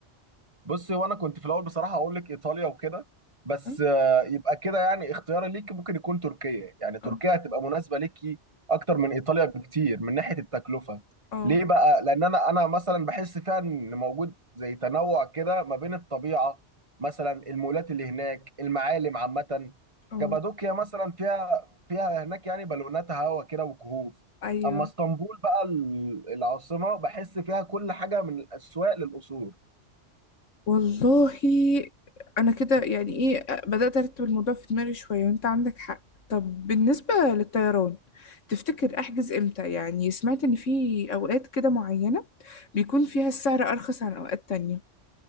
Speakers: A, on the right; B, on the left.
A: بصي وانا كنت في الاول بصراحه اقول لك ايطاليا وكده بس
B: اه
A: آه، يبقى كده يعني اختياري ليك ممكن يكون تركيا يعني تركيا
B: اه
A: هتبقى مناسبه ليكي اكتر من ايطاليا بكتير من ناحيه التكلفه
B: اه
A: ليه بقى لان انا انا مثلا بحس فيها ان موجود زي تنوع كده ما بين الطبيعه مثلا المولات اللي هناك المعالم عامه
B: آه،
A: كابادوكيا مثلا فيها فيها هناك يعني بالونات هوا كده وكهوف
B: ايوه
A: اما اسطنبول بقى ال- العاصمه بحس فيها كل حاجه من الاسواق للقصور
B: والله انا كده يعني ايه بدأت ارتب الموضوع في دماغي شوية وانت عندك حق طب بالنسبة للطيران تفتكر احجز امتى يعني سمعت ان في اوقات كده معينة بيكون فيها السعر ارخص عن اوقات تانية